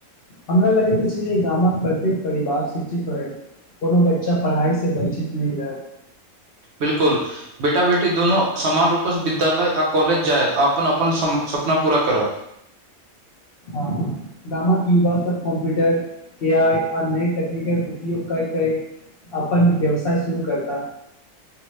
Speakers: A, on the left; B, on the right.
A: हमरा लगैत अछि जे गामक प्रत्येक परिवार शिक्षित रहैत कोनो बच्चा पढ़ाइसँ वञ्चित नहि रहत
B: बिल्कुल बेटा बेटी दुनू समान रूप सँ विद्यालय आ कॉलेज जायत अपन अपन सपना पूरा करत।
A: हँ गामक युवा सब कम्प्यूटर ए आ आ नई तकनीक उपयोग कय कय अपन व्यवसाय शुरू करता।